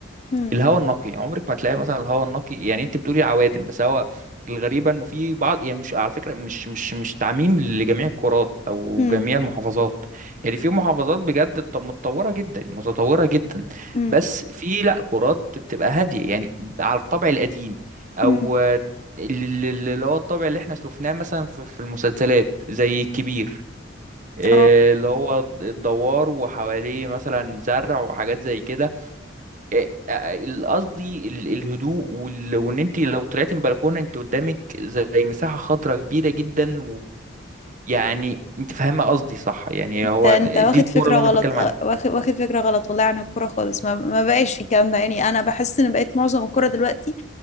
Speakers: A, on the left; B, on the right.
A: هم
B: الهواء النقي عمرك ما تلاقي مثلا الهواء النقي يعني انت بتقولي عوادم بس هو الغريبة انه في بعض يعني مش على فكرة مش مش مش تعميم لجميع القارات او
A: هم
B: جميع المحافظات يعني في محافظات بجد ط- متطورة جدا متطورة جدا
A: هم
B: بس في لا قارات بتبقى هادية يعني على الطبع القديم او
A: هم
B: آه، ال- ال- ال- اللي هو الطبع اللي احنا شفناه مثلا في في المسلسلات زي الكبير آه،
A: اه
B: اللي هو الدوار وحواليه مثلا زرع وحاجات زي كده آه، آه، ال- قصدي ال- الهدوء وال- وان انت لو طلعتي من بلكونه انت قدامك زي مساحه خضراء كبيره جدا ويعني انت فاهمه قصدي صح يعني
A: انت
B: هو
A: انت واخد
B: دي الكوره
A: فكرة
B: اللي انا
A: غلط
B: بتكلم
A: آه،
B: عليها
A: واخد واخد فكرة غلط والله عن الكرة خالص ما ما بقاش في الكلام ده يعني انا بحس ان بقيت معظم الكرة دلوقتي